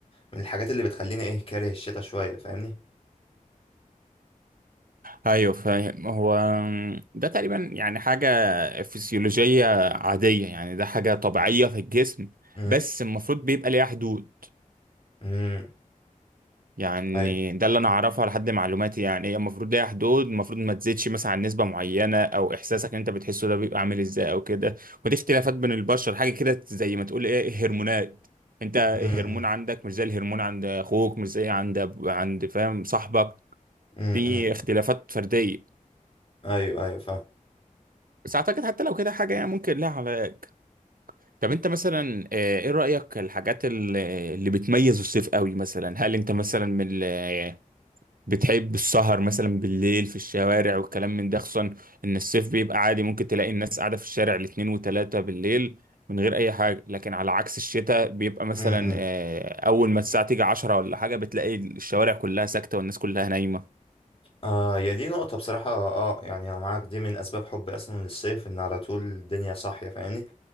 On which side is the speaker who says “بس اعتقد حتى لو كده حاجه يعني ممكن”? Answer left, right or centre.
Right